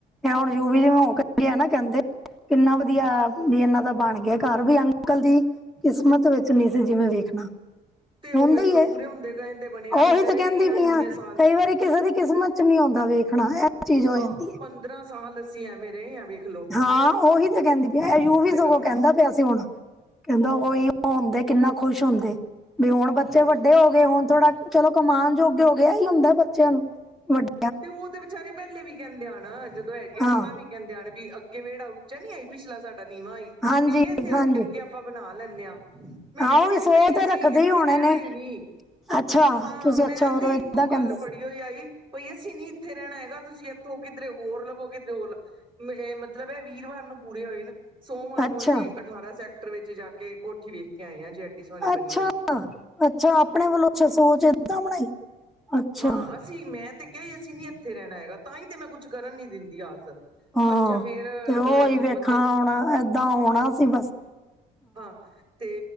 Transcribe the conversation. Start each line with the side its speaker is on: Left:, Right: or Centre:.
Centre: ਐ ਹੁਣ ਯੁਵੀ ਨੂੰ ਇਕੱਠੇ ਨਾ ਕੇਂਦੇ ਕਿੰਨਾ ਵਧੀੱਆ ਵੀ ਏਨਾਂ ਦਾ ਬਣ ਗੇਆ ਘਰ ਵੀ ਅੰਕਲ ਦੀ ਕਿਸਮਤ ਵਿੱਚ ਨੀ ਸੀ ਜਿਵੇਂ ਵੇਖਣਾ
Right: ਤੇ ਉਹ
Centre: ਹੁੰਦੀ
Right: ਵੇਖ ਲਓ
Centre: ਏ,
Right: ਪੂਰੇ ਹੁੰਦੇ ਗਏ ਤੇ ਬਣਿਆ ਨਹੀਂ
Centre: ਓਹੀ ਤੇ
Right: ਰਹੇ
Centre: ਕੇਂਦੀ ਪਈ
Right: ਇੰਨੇ
Centre: ਆ
Right: ਸਾਲ
Centre: ਕਈ ਵਾਰੀ ਕਿਸੇ ਦੀ ਕਿਸਮਤ 'ਚ ਨੀ ਹੁੰਦਾ ਵੇਖਣਾ ਹਰੇਕ ਚੀਜ਼ ਹੋ
Right: ਹਾਂ
Centre: ਜਾਂਦੀ ਐ।
Right: ਪੰਦਰਾਂ ਸਾਲ ਅਸੀ ਐਵੇਂ ਰਏ ਆ ਵੇਖ ਲੋ।
Centre: ਹਾਂ ਉਹੀ ਤੇ ਕੇਂਦੀ ਪਈ ਆ ਯੂਵੀ ਸਗੋਂ
Right: ਘਰੋਂ
Centre: ਕੇਂਦਾ ਪਿਆ ਸੀ ਹੁਣ ਕੇਂਦਾ ਉਹੀ ਓ ਹੁੰਦੇ ਕਿੰਨਾ ਖੁਸ਼ ਹੁੰਦੇ। ਵੀ ਹੁਣ ਬੱਚੇ ਵੱਡੇ ਹੋ ਗਏ ਹੁਣ ਥੋੜਾ ਚਲੋ ਕਮਾਨ ਯੋਗੇ ਹੋ ਗਏ ਐਹੀ ਹੁੰਦਾ ਬੱਚੇਆਂ ਨੂੰ ਵੱਡੇ
Right: ਤੇ ਉਹ ਤੇ ਵਿਚਾਰੇ ਪੇਲੇ ਵੀ ਕੇਂਦੇ ਆਣ ਜਦੋਂ ਹੈਗੇ ਆਣ
Centre: ਹਾਂ
Right: ਤਾਂ ਵੀ ਕੈਂਦੇ ਆਣੇ ਵੀ ਅੱਗੇ ਵੇੜਾ ਉੱਚਾ ਨੀ ਆਈ ਪਿਛਲਾ ਸਾਡਾ ਨੀਵਾਂ ਆਈ
Centre: ਹਾਂਜੀ
Right: ਤੇ ਉਹ ਕੇਂਦੇ ਆ
Centre: ਹਾਂਜੀ
Right: ਅੱ ਆਪਾਂ ਬਣਾ ਲੈਂਣੇ ਆ, ਮੈਂ
Centre: ਹਾਂ
Right: ਕੇਂਦੀ
Centre: ਉਹੀ
Right: ਅ
Centre: ਸੋਚ
Right: ਨਈ
Centre: ਤੇ
Right: ਅਸੀਂ
Centre: ਰੱਖਦੇ
Right: ਏਥੇ
Centre: ਹੀ ਹੋਣੇ
Right: ਰੈਣਾ
Centre: ਨੇ
Right: ਨੀ
Centre: ਅੱਛਾ
Right: ਹਾਂ
Centre: ਤੁਸੀਂ
Right: ਮੈਂ
Centre: ਅੱਛਾ ਉਦੋਂ
Right: ਤੇ ਇੱਕੋ
Centre: ਏਦਾਂ
Right: ਗੱਲ
Centre: ਕਹਿੰਦੇ
Right: ਫੜੀ
Centre: ਸੀ
Right: ਹੋਈ ਆਈ ਭਈ ਅਸੀਂ ਨੀ ਏਥੇ ਰੈਣਾ ਹੈਗਾ ਤੁਸੀਂ ਏਥੋ ਕਿਧਰੇ ਹੋਰ ਲਵੋ ਕਿੱਧਰੇ ਹੋਰ ਮੇ ਏ ਮਤਲਬ ਏ ਵੀਰਵਾਰ ਨੂੰ ਪੂਰੇ ਹੋਏ ਨੇ ਸੋਮਵਾਰ ਨੂੰ
Centre: ਅੱਛਾ
Right: ਅਸੀਂ ਅਠਾਰਾਂ ਸੈਕਟਰ ਵਿੱਚ ਜਾ ਕੇ ਕੋਠੀ ਵੇਖ ਕੇ ਆਏ ਹਾਂ ਜੇ ਸੋਹਣੀ
Centre: ਅੱਛਾ-
Right: ਬਣੀ ਹੋਈ
Centre: ਅੱਛਾ, ਅੱਛਾ ਆਪਣੇ ਵੱਲੋਂ ਅੱਛਾ ਸੋਚ ਏਦਾਂ ਬਣਾਈ ਅੱਛਾ
Right: ਹਾਂ ਅਸੀਂ ਮੈਂ ਤੇ ਕੇਆ ਸੀ ਅਸੀਂ ਨੀ ਏਥੇ ਰੈਣਾ ਹੈਗਾ ਤਾਂ ਈ ਤੇ ਮੈਂ ਕੁਛ ਕਰਨ ਨੀ ਦਿੰਦੀ ਆਸ
Centre: ਹਾਂ,
Right: ਅੱਛਾ ਫੇਰ ਅ
Centre: ਤੇ ਓ ਈ ਵੇਖੋ
Right: ਮਤਲਬ
Centre: ਹੁਣ ਏਦਾਂ ਹੋਣਾ ਸੀ ਬਸ
Right: ਹਾਂ ਤੇ